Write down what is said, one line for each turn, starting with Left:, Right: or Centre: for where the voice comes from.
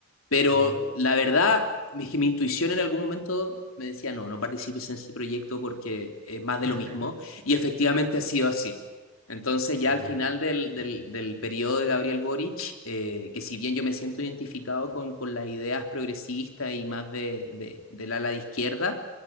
Left: pero
Right: Ok,
Left: la verdad es que mi intuición en algún momento me decía, no, no participes en ese proyecto porque es más de
Right: <laughs>
Left: lo mismo. Y efectivamente ha sido así. Entonces ya
Right: ok.
Left: al final del, del, del periodo de Gabriel Boric, eh, que si bien yo me siento identificado con, con las ideas progresistas y más de, de, del ala de izquierda,